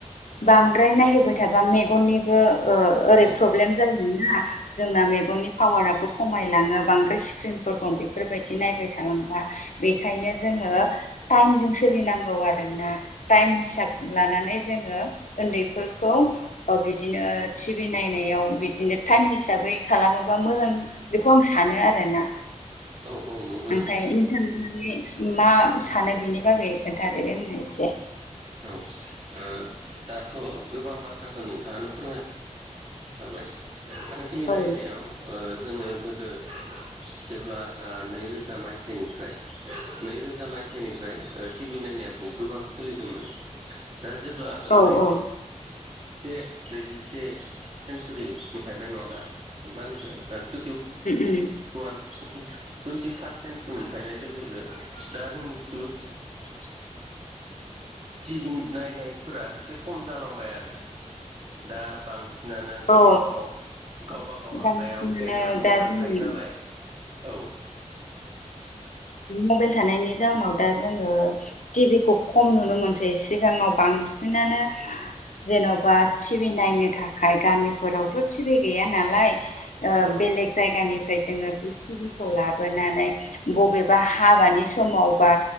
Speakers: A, on the left; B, on the right.
A: बांद्राय नायहोबाय थाबा मेगननि बो ओ ओरै
B: औ
A: प्रब्लेम जायोना जोंना मेगननि पावाराबो खमायलाङो बांद्राय स्क्रिनफोरखौ बेफोरबायदि नायबाय थालांबा बेखायनो जोङो
B: औ
A: टाइमजों सो सोलिनांगौ आरोना टाइम हिसाब लानानै जोङो उन्दैफोरखौ बिदिनो टि भि नायनायाव बिदिनो टाइम हिसाबै खालामोबा मोजां बेखौ आं सानो आरोना।
B: औ औ नंगौ
A: ओमफ्राय
B: नोंथां
A: नोंथाङा मा सानो बेनि बागै? खोन्थादो आंनो एसे।
B: औ ओ दाथ' गोबां बाथ्राखौ नोंथाङानो फोरमाय खाबाय।
A: औ
B: नायनायाव जोङो गोदो जेब्ला नैरोजा मायथाइनिफ्राय नैरोजा मायथाइनिफ्राय टि भि नाइ बहुत गोबां सोलिदोंमोन
A: <inaudible>
B: दा जेब्ला
A: औ
B: नैजि
A: औ उम
B: से नैजिसे सेन्सुरि मोनफायबाय नङा दा मा होनखो
A: उम
B: <unintelligible> टुइन्टि फार्स्ट सेन्सुरि मोनफैनाय लोगो लोगो दा जोंनि जिथु
A: <inaudible>
B: टिभि नायनायफोरा एसे खम जालांबाय आरो दा बां सिनानो गावबा
A: औ
B: गाव गावबागाव आखाइयाव
A: बांसिनानो
B: एन्ड्रइड मबाइल
A: दा जोंनि
B: थायोनालाय औ।
A: मबाइल थानायनि जाउनाव दा जोङो टि भि खौ खम नुनो मोनोसै सिगाङाव बांसिनानो जेन'बा टि भि नायनो था खाय गामिफोरावथ' टि भि गैयानालाय ओ
B: औ
A: बेलेग जायगानिफ्राय जोङो बे टि भि खौ लाबोनानै बबेबा हाबानि समाव बा